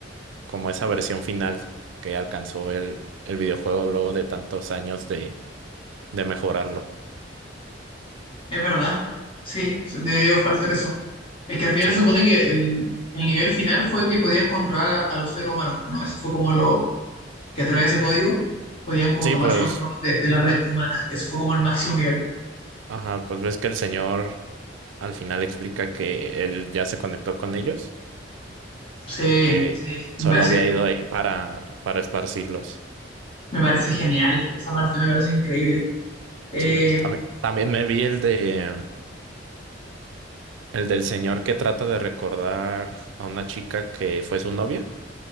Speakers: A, on the right (about 85°); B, on the left (about 30°).
A: como esa versión final que alcanzó el, el videojuego luego de tantos años de, de mejorarlo.
B: Es verdad. Sí, se- debió faltar eso. Es que al final
A: Sí,
B: se supone que el, el nivel final fue que podían controlar a, a los seres humanos, ¿no? Eso fue como lo que a través de ese código podían como
A: sí,
B: tomar
A: pues,
B: control de, de la red humana. Eso fue como el máximo nivel.
A: ajá, pues ves que el señor al final explica que él ya se conectó con ellos
B: Sí,
A: y que
B: sí, me
A: solo
B: parece
A: había ido ahí para, para esparcirlos.
B: Me parece genial, esa parte me parece increíble. Eh,
A: Sí, también, también me vi el de... El del señor que trata de recordar a una chica que fue su novia.